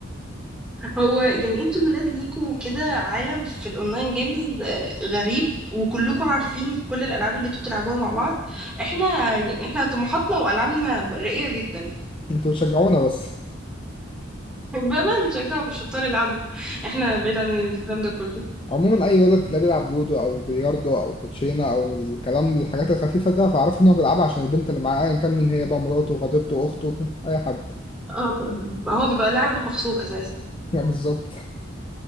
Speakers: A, in the centre; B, on the left.
A: هو يعني انتوا الولاد ليكوا كده عالم في الاونلاين جيمز آه، غريب وكلكم عارفين كل الالعاب اللي انتوا بتلعبوها مع بعض احنا يعني احنا طموحاتنا والعابنا راقيه جدا
B: أنتوا بتشجعونا بس
A: بأمانة بنشجعه الشطار يلعبوا احنا بعيد عن الكلام ده كله
B: عموما اي ولد تلاقيه بيلعب لودو او بلياردو او كوتشينه او الكلام الحاجات الخفيفه ده فاعرف ان هو بيلعبها عشان البنت اللي معاه ايا كان مين هي بقى مراته خطيبته اخته <laughs> اي حد
A: اه ب- هو بيبقى لاعب مغصوب اساسا
B: <laughs> يعني بالظبط